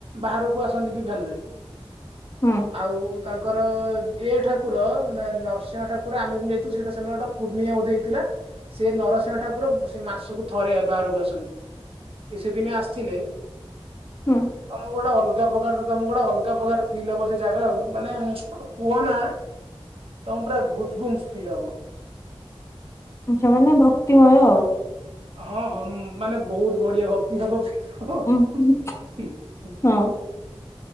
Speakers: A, on the right; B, on the left.
A: ବାହାରକୁ ଆସନ୍ତି ବିଭାନରେ।
B: ହୁଁ
A: ଆଉ ତାଙ୍କର ଏ ଠାକୁର ନରସିଂହ ଠାକୁର ଆମେ ଯେମିତି ସେଟା ସେଦିନ ପୁର୍ଣ୍ଣିଆ ବଧେ ହେଇଥିଲା। ସେ ନରସିଂହ ଠାକୁର ସେ ମାସକୁ ଥରେ ବାହାରକୁ ଆସନ୍ତି। ସେ ସେ ଦିନେ ଆସିଥିଲେ।
B: ହଁ।
A: ତମକୁ ଗୋଟେ ଅଲଗା ପ୍ରକାର ତମକୁ ଗୋଟେ ଅଲଗା ପ୍ରକାର ଫିଲ୍ ହବ ସେ ଜାଗା ଆଉ ମାନେ କୁହ ନା ତମ ପୁରା ଗୁଚଗୁଜ ଫିଲ ହବ।
B: ଆଛା ମାନେ ଭକ୍ତିମୟ ଆଉ
A: ହଁ ହଁ ମାନେ ବହୁତ ବଢିଆ ଭକ୍
B: ଉଁ ହୁଁ
A: <inaudible>
B: ହଁ